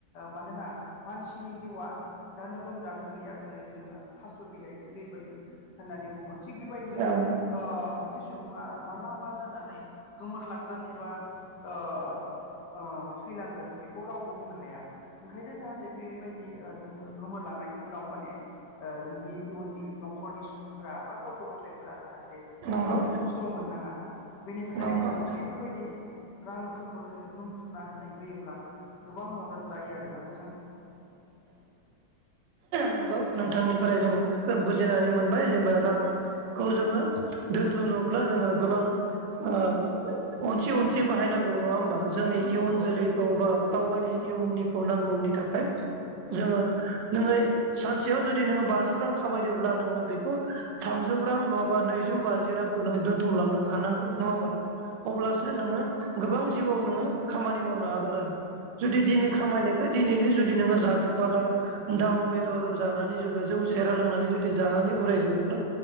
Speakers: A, on the left (about 75°); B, on the right (about 85°).
A: मानोना मानसिनि जिउआ दानो दं दानो गैया जेरै जोङो थास' बिलाइनि दै बायदि होननानै बुङो थिग बेबायदिनो
B: औ
A: सासे सुबुङा माला मा जानानै गोमोरलांगोन एबा थैलांगोन बेखौ रावबो बुंनो हाया ओंखायनो जाहाथे बेबायदि जोङो गोमोरलांनायनि उनाव माने नोंनि इयुन न'खरनि सुबुंफोरा बा गथ' गथायफोरा जाहाथे
B: नंगौ
A: दुखु ख स्थ' मोननाङा बेनि थाखाय
B: नंगौ
A: जोङो बैफोरबायदि रांफोरखौ जोङो दोनथुमना होनाय होयोब्ला गोबां मदद जायो आरोना नोंथां
B: नंगौ नोंथांनिफ्राय
A: औ
B: जों बुजिनानै मोनबाय जेनेबा रांखौ जोङो दोनथ'नोब्ला जोङो गोबां ओ अनसि अनसि बाहायनांगौ नङा होमबा जोंनि इयुन
A: नंगौ
B: जोलैखौ बा गाव गावनि इयनिखौ नांगौनि थाखाय जोङो
A: औ
B: नोङो सानसेयाव जुदि नोङो बाजौ रां खामायदोंब्ला नोङो बेखौ थामजौ रां नङाबा नैजौ बाजि रां खौ नों दोनथुमलांनो हानांगोन नङा होमबा अब्लासो
A: नंगौ
B: नोङो गोबां जिउआव नोङो खामानि मावनो हागोन आरो जुदि दिनै
A: नंगौ
B: खामायनायखौ
A: नंगौ
B: दिनैनो जुदि नोङो जाजोबबोला दाउ बेदर जानानै जबा जौ सेरा लोंनानै जुदि जानानै उरायजोबोब्ला